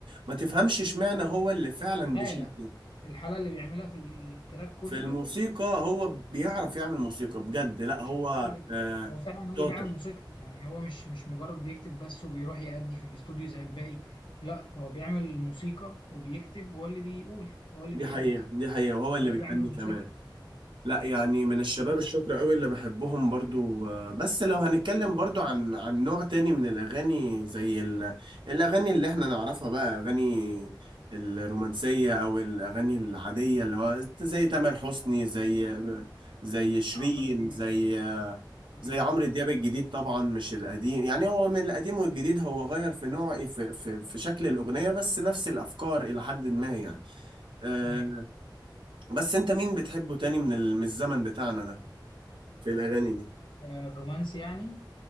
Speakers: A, on the right; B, on the left.
A: ما تفهمش اشمعنى هو اللي فعلا
B: الحالة
A: بيشيل
B: الحالة اللي بيعملها في التراك كله
A: في الموسيقى هو بيعرف يعمل موسيقى بجد لا
B: عشان
A: هو
B: هو اللي
A: آه،
B: هو فعلا هو اللي
A: شاطر
B: بيعمل موسيقته يعني هو مش مش مجرد بيكتب بس وبيروح يأدي في الاستوديو زي الباقي لا هو بيعمل موسيقى وبيكتب هو اللي بيقول هو اللي
A: دي
B: بيأدي
A: حقيقة دي حقيقة وهو
B: هو
A: اللي
B: اللي
A: بيغني
B: بيعمل
A: كمان
B: موسيقته
A: لا يعني من الشباب
B: بس
A: الشكر قوي اللي بحبهم برضو آه، بس لو هنتكلم برضو عن عن نوع تاني من الأغاني زي ال... الأغاني اللي احنا نعرفها بقى أغاني الرومانسية أو الأغاني العادية اللي هو زي تامر حسني زي زي شيرين
B: عمرو دياب
A: زي
B: أو كريم
A: زي عمرو
B: فعلا
A: دياب الجديد طبعا مش القديم يعني هو من القديم والجديد هو غير في نوع في في, في شكل الأغنية بس نفس الأفكار إلى حد ما يعني آه،
B: أيوة
A: بس أنت مين بتحبه تاني من ال- من الزمن بتاعنا ده؟ في الأغاني دي
B: آه، رومانسي يعني